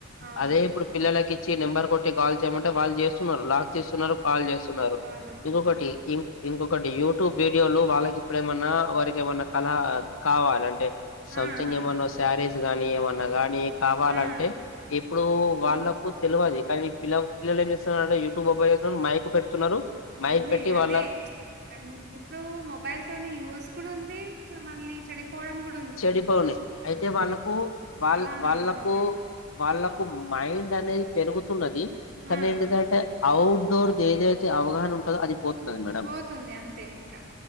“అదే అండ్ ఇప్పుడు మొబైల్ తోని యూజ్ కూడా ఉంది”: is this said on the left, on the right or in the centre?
Right